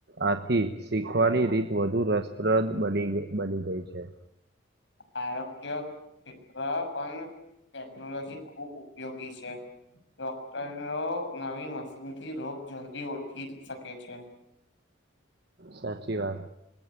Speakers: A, on the right (about 50°); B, on the left (about 60°).
A: આથીજ શીખવાની રીત વધુ રસપ્રદ બની બની ગઈ છે.
B: <unintelligible> મુ્ <unintelligible> ય ક્ષેત્ર પણ ટેકનોલોજી ખૂબ ઉપયોગી છે. ડોક્ટર નો નવી મશીનથી રોગ જલ્દી ઓઠી શકે છે.
A: સાચી વાત